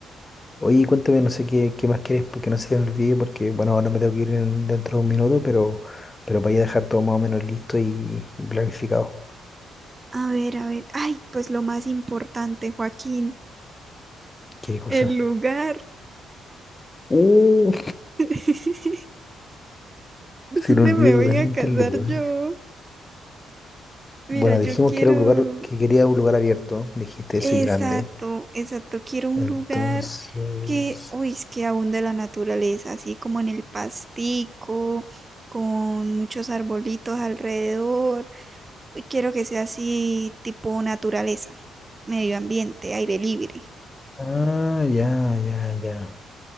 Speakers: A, on the left; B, on the right.
A: Oye, cuéntame, no sé qué, qué más quieres, porque no se me olvide, porque bueno, ahora me tengo que ir en- dentro de un minuto, pero, pero para ya dejar todo más o menos listo y, y planificado.
B: A ver, a ver. Ay, pues lo más importante, Joaquín,
A: Qué cosa.
B: el lugar.
A: Uh,
B: <laughs> ¿Dónde
A: Se me olvidó
B: me voy
A: totalmente
B: a casar
A: el lugar.
B: yo? Mira,
A: Bueno,
B: yo
A: dijimos
B: quiero...
A: que era un lugar, que quería un lugar abierto. Dijiste
B: Exacto,
A: eso y grande.
B: exacto. Quiero un
A: Entonces.
B: lugar que, uy, es que abunde la naturaleza, así como en el pastico, con muchos arbolitos alrededor. Uy, quiero que sea así tipo naturaleza, medio ambiente, aire libre.
A: Ah, ya, ya, ya.